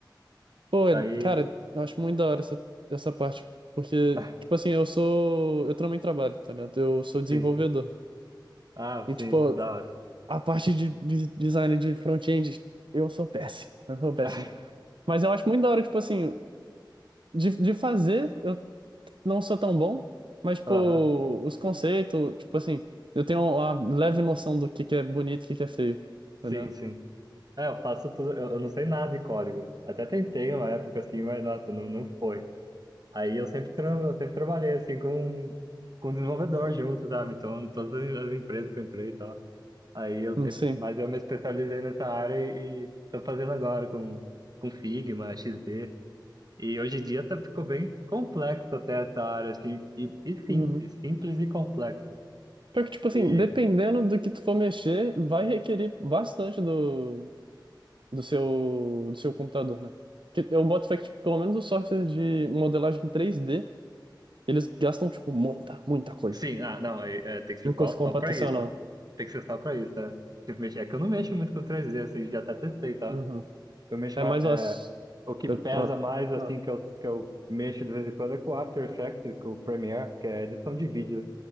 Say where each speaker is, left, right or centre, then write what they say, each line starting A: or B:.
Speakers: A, on the right; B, on the right.
A: Pô,
B: Aí,
A: é- cara, eu acho muito da hora essa, essa parte. Porque,
B: <laughs>
A: tipo assim, eu sou. Eu também trabalho, tá ligado? Eu sou desenvolvedor.
B: sim. Ah,
A: E,
B: sim,
A: tipo,
B: da hora.
A: a parte de, de design de front-end, eu sou péssimo. Eu sou péssimo.
B: <laughs>
A: Mas eu acho muito da hora, tipo assim, de, de fazer. não sou tão bom, mas, tipo,
B: Aham,
A: os conceitos, tipo assim, eu tenho uma leve noção do que que é bonito e o que que é feio,
B: sim,
A: tá ligado?
B: sim. É, eu faço tudo, eu, eu não sei nada de código. Até tentei uma época assim, mas nossa, não, não foi. Aí eu sempre, tra eu sempre trabalhei assim com, com desenvolvedor junto, sabe? Então, em todas as empresas que eu entrei e tal. Aí eu
A: Hum,
B: sempre,
A: Sim.
B: mas eu me especializei nessa área e, e tô fazendo agora com, com Figma, XD, E hoje em dia tá, ficou bem complexo até essa área, assim, e, e simples,
A: Uhum.
B: simples e complexo.
A: Pior que, tipo assim,
B: E
A: dependendo do que tu for mexer, vai requerer bastante do, do seu, do seu computador, né? Que eu boto fé que, tipo, pelo menos o software de modelagem 3D, eles gastam, tipo, muita, muita coisa.
B: sim, ah, não, aí, é, tem que ser
A: Em
B: só,
A: coisa computacional.
B: só pra isso. Tem que ser só pra isso, né? Se mexer- É que eu não mexo muito com 3D, assim, já até testei, tá?
A: Uhum.
B: Eu mexo
A: É
B: mais,
A: mais
B: é,
A: umas...
B: o que
A: eu-
B: pesa
A: uma-
B: mais, assim,
A: ah,
B: que eu, que eu mexo de vez em quando é com o After Effects, com o Premiere, que é edição de vídeo